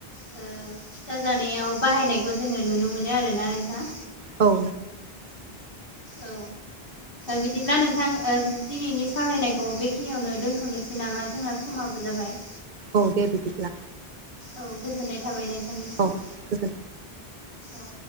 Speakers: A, on the left; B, on the right.
A: फिथा जानायाव बाहायनायखौ जोङो नुनो मोनो आरो ना नोंथां।
B: औ
A: औ। बिदिब्ला नोंथां दिनैनि सावरायनायखौ बेखिनियावनो दोनथ'नोसै नामा जोंना समाबो जाबाय।
B: औ दे बिदिब्ला।
A: औ गोजोननाय थाबाय नोंथांनिसिम
B: औ गोजोन
A: औ।